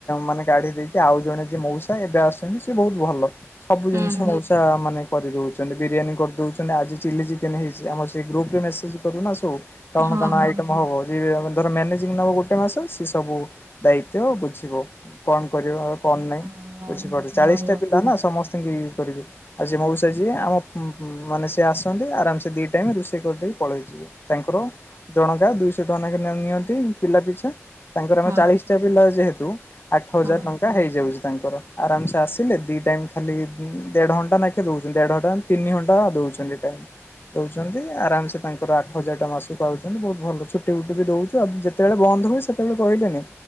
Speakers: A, on the left; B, on the right.
A: ମାନେ କାଢି ଦେଇକି ଆଉ ଜଣେ ଯିଏ ମଉସା ଏବେ ଆସୁଛନ୍ତି ସିଏ ବହୁତ ଭଲ। ସବୁ
B: ହୁଁ
A: ଜିନିଷ
B: ହୁଁ
A: ମଉସା ମାନେ କରିଦଉଛନ୍ତି। ବିରିୟାନୀ କରିଦଉଛନ୍ତି ଆଜି ଚିଲି ଚିକେନ୍ ହେଇ ଛି ଆମର ସେ ଗ୍ରୁପରେ ମେସେଜ କରୁନା ସବୁ କଣ
B: ହଁ
A: କଣ
B: ହଁ।
A: ଆଇଟମ ହବ। ଯିଏ ଧର ମ୍ୟାନେଜିଂ ନବ ଗୋଟେ ମାସ ସିଏ ସବୁ ଦାୟିତ୍ଵ ବୁଝିବ। କଣ କରିବ କଣ ନାହିଁ?
B: ହଁ
A: ବୁଝିପାରୁଛ ଚାଳିଶ
B: ଭଲ
A: ଟା ପିଲା ନା ସମସ ସ୍ତେ ଇଏ କରିବେ ଆଉ ଯିଏ ମଉସା ଯିଏ ଆମ ମ ମାନେ ସିଏ ଆସନ୍ତି ଆରାମ ସେ ଦି ଟାଇମ ରୋଷେଇ କରିଦେଇ ପଳେଇଯିବେ। ତାଙ୍କର ଜଣକା ଦୁଇଶହଟଙ୍କା ନିଅନ୍ତି ପିଲାପିଛା। ତାଙ୍କର ଆମେ
B: ହଁ
A: ଚାଳିଶଟା ପିଲା ଯେହେତୁ ଆଠହଜାରଟଙ୍କା
B: ହଁ
A: ହେଇଯାଉଛି। ତାଙ୍କର ଆରାମସେ ଆସିଲେ ଦି ଟାଇମ ଖାଲି ଦେଢ଼ଘଣ୍ଟା ନାଖେ ଦଉଚନ୍ତି ଦେଢଘଣ୍ଟା ତିନିଘଣ୍ଟା ଦଉଚନ୍ତି ଟାଇମ ଦଉଛନ୍ତି ଆରାମସେ ତାଙ୍କର ଆଠହଜାର ଟଙ୍କା ମାସକୁ ପାଉଛନ୍ତି ବହୁତ ଭଲ ଛୁଟି ଫୁଟି ବି ଦଉଚୁ ଆ ଯେତେ ଯେତେବେଳେ ବନ୍ଦ ହୁଏ ସେତେବେଳେ କହିଲେନି